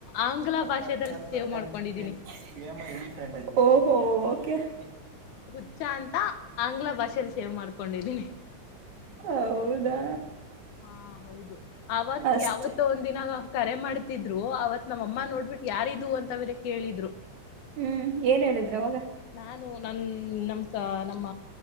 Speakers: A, on the left; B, on the right.
A: ಆಂಗ್ಲ
B: <unintelligible>
A: ಭಾಷೆದಲ್ಲಿ ಸೇವ್ ಮಾಡ್ಕೊಂಡಿದ್ದೀನಿ
B: ಓ ಹೋ ಓಕೆ <unintelligible>
A: ಹುಚ್ಚ ಅಂತ ಆಂಗ್ಲ ಭಾಷೆಲ್ ಸೇವ್ ಮಾಡ್ಕೊಂಡಿದ್ದೀನಿ
B: ಹೌದಾ
A: ಹಾ ಹೌದು ಅವತ್
B: ಅಷ್ಟೆ
A: ಯಾವತ್ ಒಂದಿನ ಕರೆ ಮಾಡ್ತಿದ್ರು ಅವತ್ ನಮ್ಮ ಅಮ್ಮ ನೋಡ್ಬಿಟ್ಟು ಯಾರಿದು ಅಂತ ಅವ್ರ ಕೇಳಿದ್ರು.
B: ಹ್ಮ್ ಏನ್ ಹೇಳಿದ್ರು ಅವಾಗ
A: ನಾನು ನನ್ ನಮ ಕ ನಮ್ಮ